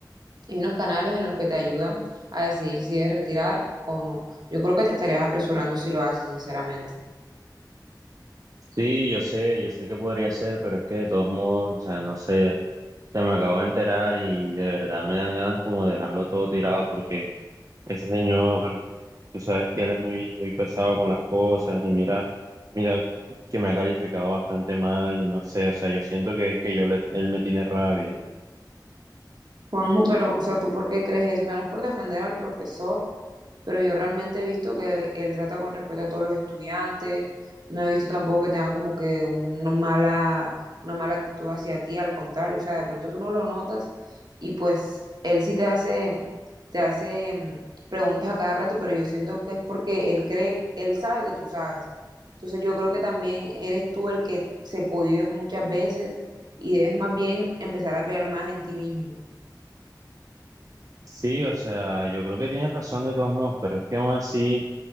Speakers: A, on the right; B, on the right.
A: hay unos canales en los que te ayudan a decidir si debes retirar o no. Yo creo que te estarías apresurando si lo haces, sinceramente.
B: Sí, yo sé, yo sé que podría ser, pero es que de todos modos, o sea, no sé, se me acabo de enterar y de verdad me dan ganas como de dejarlo todo tirado porque ese señor, tú sabes que él es muy, muy pesado con las cosas y mira, mira que me ha calificado bastante mal y no sé, o sea, yo siento que es que yo le, él me tiene rabia.
A: Juanjo, pero, o sea, ¿tú por qué crees eso? Que no es por defender al profesor, pero yo realmente he visto que él trata con respeto a todos los estudiantes, no he visto tampoco que tenga como que una mala, una mala actitud hacia ti, al contrario, o sea, de pronto tú no lo notas y pues él sí te hace, te hace mm, preguntas a cada rato, pero yo siento que es porque él cree, él sabe que tú sabes. Entonces yo creo que también eres tú el que se cohíbe muchas veces y debes más bien empezar a creer más en ti mismo.
B: Sí, o sea, yo creo que tienes razón de todos modos, pero es que aún así...